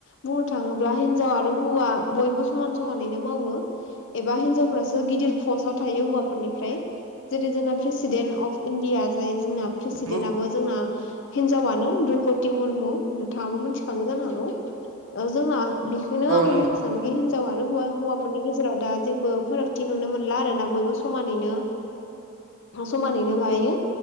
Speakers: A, on the left; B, on the right.
A: बुंनो थाङोब्ला हिनजाव आरो हौवा बयबो समान समानैनो मावो। एबा हिनजावफोरासो गिदिर पस्टव थायो हौवाफोरनि फ्राय जेरै जोंना प्रेसिडेन्ट अफ इण्डिया जाय जोंना प्रेसिडेन्टआबो
B: नंगौ
A: जोंना हिनजावानो द्रौपदि मुरमु नोंथाङाबो मिथिखागौ जानो हागौ। ओ जोंना बिखौनो
B: औ
A: आं
B: नंगौ
A: बुंनो सा नोखि हिनजाव आरो हौवा हौवाफोरनि गेजेराव दा जेबो फारागथि नुनो मोनला आरोना बयबो समानैनो समानैनो मायो